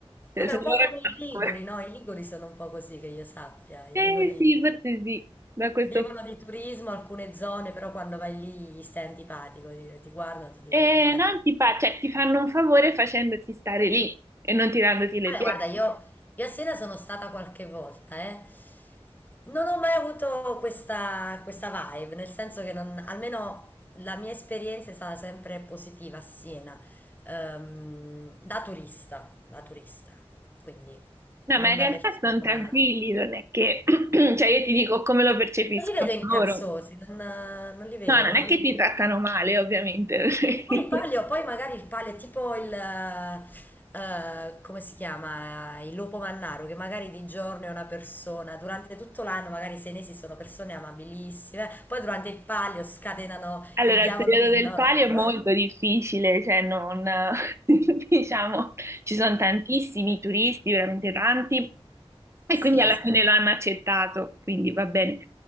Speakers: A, on the right; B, on the left.
A: Cioè,
B: Vabbè,
A: se
B: un
A: loro
B: po' come
A: ti
B: i
A: fanno un
B: Liguri,
A: favore.
B: no? I Liguri sono un po' così che io sappia. I
A: Eh
B: Liguri
A: sì, forse sì, da questo...
B: vivono
A: punto.
B: di turismo alcune zone, però quando vai lì gli stai antipatico, ti, ti guardano, ti dicono
A: E
B: aspetta.
A: non ti fa, cioè, ti fanno un favore facendoti stare lì e non tirandoti le
B: Vabbè,
A: pietre.
B: guarda, io, io a Siena sono stata qualche volta, eh. Non ho mai avuto questa, questa vibe, nel senso che non, almeno la mia esperienza è stata sempre positiva a Siena, ehm, da turista, da turista, quindi
A: No,
B: non
A: ma in
B: da
A: realtà
B: persona.
A: sono tranquilli, non è che... <clears throat> cioè, io ti dico come lo percepiscono
B: Non li vedo incazzosi,
A: loro.
B: non, non li vedo,
A: No, non è
B: non
A: che
B: li
A: ti trattano male, ovviamente. <laughs>
B: Poi il palio, poi magari il palio è tipo il, eh, eh, come si chiama? Eh, Il lupo mannaro, che magari di giorno è una persona, durante tutto l'anno magari i senesi sono persone amabilissime, poi durante il palio scatenano
A: Allora,
B: il diavolo
A: il periodo
B: dell'odio.
A: del palio è molto
B: <laughs>
A: difficile, cioè non, <laughs> diciamo, ci sono tantissimi turisti, veramente tanti, e
B: Sì,
A: quindi alla
B: sì.
A: fine lo hanno accettato, quindi va bene.